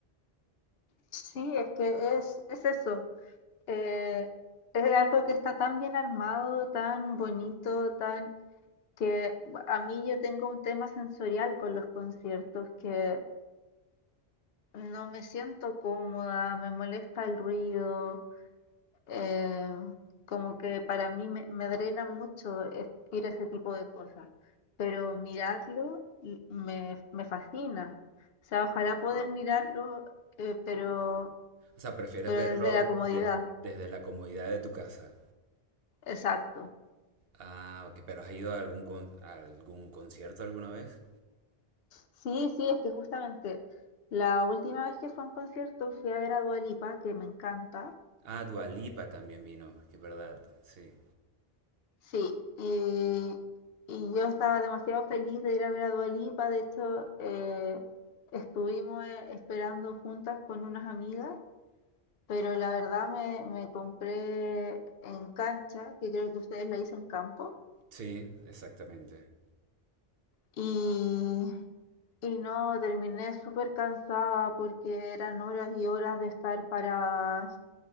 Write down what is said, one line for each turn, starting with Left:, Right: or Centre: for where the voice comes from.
Left: Sí, es que es, es eso. eh, es algo que está tan bien armado, tan bonito, tan que a mí yo tengo un tema sensorial con los conciertos que no me siento cómoda, me molesta el ruido, eh, como que para mí me, me drena mucho es- ir a ese tipo de cosas, pero mirarlo y- me, me fascina. O sea, ojalá poder mirarlo, eh, pero,
Right: O sea, prefieres
Left: pero
Right: verlo
Left: desde la comodidad.
Right: de- desde la comodidad de tu casa.
Left: Exacto.
Right: Ah, ok, pero ¿has ido a algún, con- a algún concierto alguna vez?
Left: Sí, sí, es que justamente la última vez que fue a un concierto fui a ver a Dua Lipa, que me encanta.
Right: Ah, Dua Lipa también vino, que es verdad, sí.
Left: Sí, y, y yo estaba demasiado feliz de ir a ver a Dua Lipa. De hecho, eh, estuvimos eh, esperando juntas con unas amigas, pero la verdad me, me compré en cancha, que creo que ustedes la hizo en campo,
Right: Sí, exactamente.
Left: y, y no, terminé súper cansada porque eran horas y horas de estar para